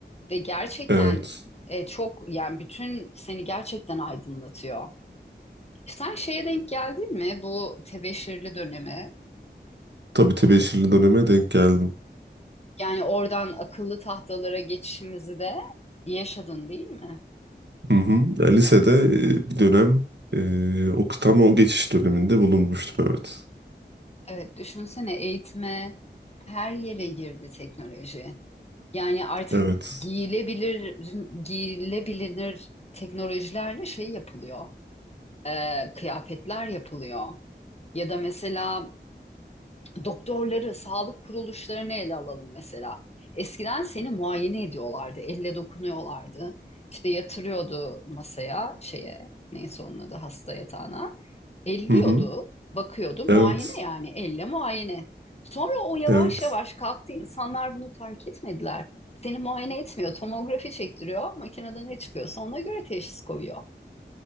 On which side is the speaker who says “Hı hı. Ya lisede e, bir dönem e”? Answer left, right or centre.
Right